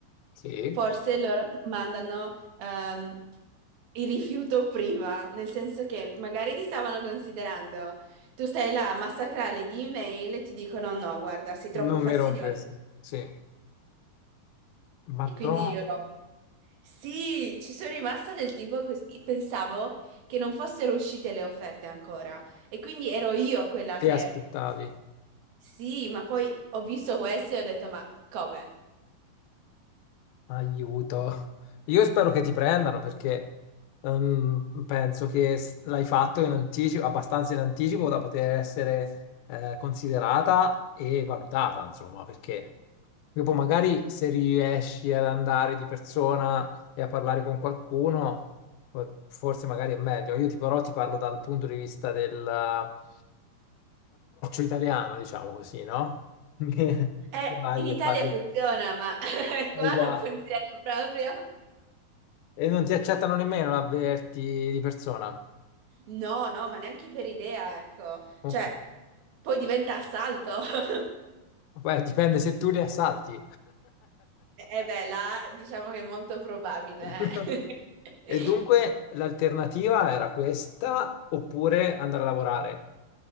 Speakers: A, on the left; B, on the right.
A: Sì,
B: forse loro ti mandano ehm, il rifiuto prima, nel senso che magari ti stavano considerando, tu stai là a massacrarli di email e ti dicono no, guarda, sei troppo
A: non
B: fastidiosa.
A: mi rompesca. Sì, ma
B: E quindi
A: tu
B: io no. Sì, ci sono rimasta del tipo così, pensavo che non fossero uscite le offerte ancora e quindi ero io quella
A: ti
B: che
A: aspettavi?
B: sì, ma poi ho visto questo e ho detto ma come?
A: Aiuto. Io spero che ti prendano perché ehm, penso che s- l'hai fatto in anticipo, abbastanza in anticipo da poter essere eh, considerata e valutata, insomma, perché dopo magari se riesci ad andare di persona e a parlare con qualcuno, eh, forse magari è meglio. Io ti, però ti parlo dal punto di vista dell'approccio italiano, diciamo così, no? <laughs> Che
B: Eh,
A: che vai
B: in Italia
A: e parli.
B: funziona, ma <laughs>
A: Eh
B: qua
A: già.
B: non funziona proprio.
A: E non ti accettano nemmeno l'avverti di persona.
B: No, no, ma neanche per idea, ecco.
A: Ok.
B: Cioè, poi diventa assalto. <laughs>
A: Beh, dipende se tu li assalti.
B: E beh, là diciamo che è molto probabile.
A: <laughs>
B: eh. <laughs>
A: E dunque l'alternativa era questa oppure andare a lavorare.